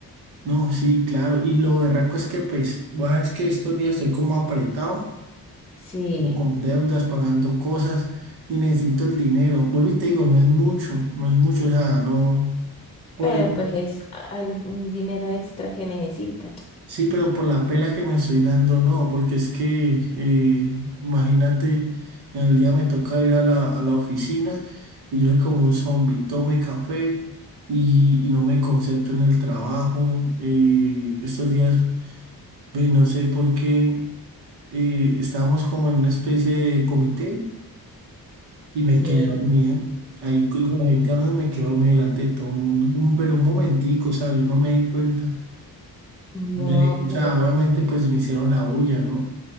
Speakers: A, on the right; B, on the left.
A: no, sí, claro, y lo berraco es que pues, bueno, es que estos días estoy como apretado,
B: Sí,
A: como con deudas, pagando cosas y necesito el dinero. Vuelvo y te digo, no es mucho, no es mucho, o sea, no, por
B: pero
A: el...
B: pues es a- algún dinero extra que necesitas.
A: Sí, pero por la pela que me estoy dando, no, porque es que, eh, imagínate, en el día me toca ir a la, a la oficina y yo soy como un zombie, tome café y, y no me concentro en el trabajo. eh, estos días, pues, no sé por qué, eh, estábamos como en una especie de comité y me
B: Sí,
A: quedé dormido. Ahí con la gente hablando me quedé dormido delante de todo el mundo, un, pero un momentico, o sea, yo no me di cuenta.
B: no,
A: de- o
B: pero
A: sea, obviamente pues me hicieron la bulla, ¿no?